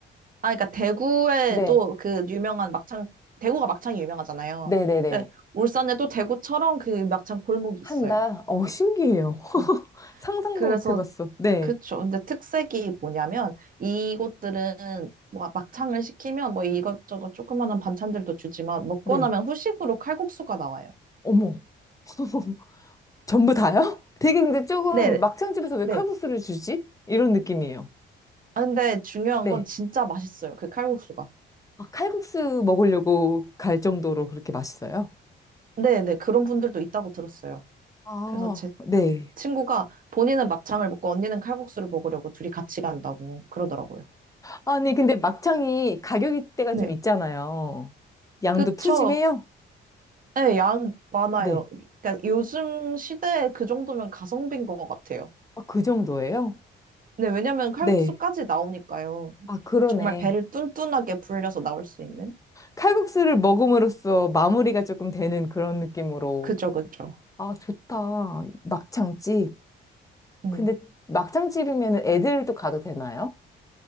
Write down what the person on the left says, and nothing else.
네.
네네네.
한다.
어, 신기해요. <laughs>
상상도
못 해봤어. 네,
네.
어머. <laughs> 전부 다요? 되게 근데 조금
막창집에서 왜
칼국수를 주지? 이런 느낌이에요.
네.
아, 칼국수 먹으려고 갈 정도로 그렇게 맛있어요?
아,
네.
아니, 근데 막창이 가격이 대가좀
있잖아요. 양도
푸짐해요?
네.
아, 그 정도예요?
네.
아, 그러네.
칼국수를 먹음으로써 마무리가 조금 되는 그런 느낌으로
아, 좋다. 막창집.
근데 막창집이면 애들도 가도 되나요?